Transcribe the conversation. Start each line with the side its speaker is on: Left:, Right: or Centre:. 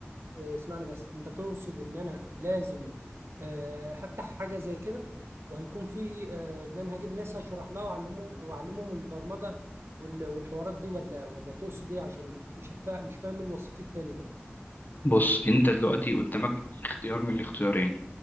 Right: آه، اسمعني بس انت تقصد ان انا لازم آه، هفتح حاجه زي كده وهيكون في آه، ان انا هجيب ناس هشرح لها واعلمهم واعلمهم البرمجه وال- والحوارات دي ولا ولا تقصد ايه عشان مش فا... مش فاهم الوسيط التاني ده
Left: بص انت دلوقتي قدامك اختيار من الاختيارين